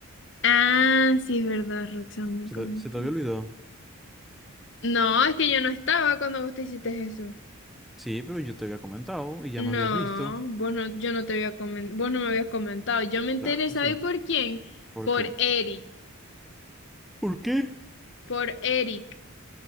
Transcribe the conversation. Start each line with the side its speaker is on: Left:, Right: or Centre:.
Left: Ah, sí, es verdad, Roxanne me
Centre: ¿Se
Left: contó.
Centre: te, se te había olvidado?
Left: No, es que yo no estaba cuando vos te hiciste eso.
Centre: Sí, pero yo te había comentado y ya
Left: No,
Centre: me habías visto.
Left: vos no, yo no te había comen- vos no me habías comentado. Yo me enteré,
Centre: Claro que
Left: ¿sabes
Centre: sí.
Left: por quién?
Centre: ¿Por
Left: Por
Centre: qué?
Left: Eric,
Centre: ¿Por qué?
Left: por Eric,